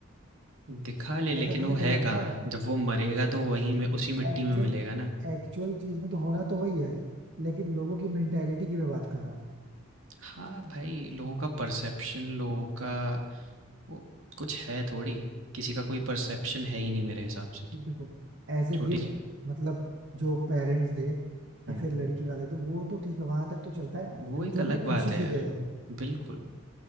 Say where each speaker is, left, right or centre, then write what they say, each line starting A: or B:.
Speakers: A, on the right; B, on the right.
A: दिखा ले लेकिन
B: ऐसा तुमने
A: वो
B: कभी
A: है
B: देखा
A: कहाँ?
B: है
A: जब वो मरेगा तो वही में उसी मिट्टी
B: एक्चुअल
A: में मिलेगा ना।
B: एक्चुअल चीज में तो होना तो वही है लेकिन लोगों की मेंटेलिटी की मैं बात कर रहा हूँ
A: हाँ भाई, लोगों का परसेप्शन लोगों का वो कुछ है थोड़ी। किसी का कोई परसेप्शन है ही नहीं मेरे हिसाब से
B: देखो
A: तो।
B: एज ए
A: छोटी
B: गिफ्ट मतलब जो पेरेंट्स दे या
A: हुँ,
B: फिर लड़की वाले तो वो तो ठीक है वहां तक तो चलता है
A: वो एक
B: जो
A: अलग
B: अपनी
A: बात
B: खुशी
A: है
B: से
A: यार।
B: दे रहे हैं
A: बिल्कुल,